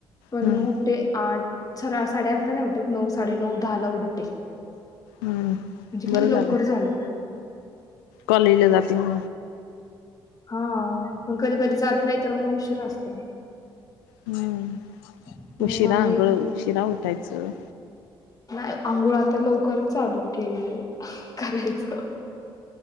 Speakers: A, on the left (about 30°); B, on the left (about 80°).
A: पण
B: हम्म
A: उठते आठ स साडेआठला नाही उत नऊ साडे नऊ दहा ला उठते म्हणजे
B: हम्म बरं
A: मी लवकर
B: झालं
A: झाल
B: कॉलेजला जात ह
A: हा पण कधी कधी जात नाही तर मग उशीर असतो
B: हम्म
A: मग
B: उशिरा
A: मम्मी
B: आंघोळ उशिरा उठायचं
A: नाही अंघोळ आता लवकर चचालू केलीय करायचं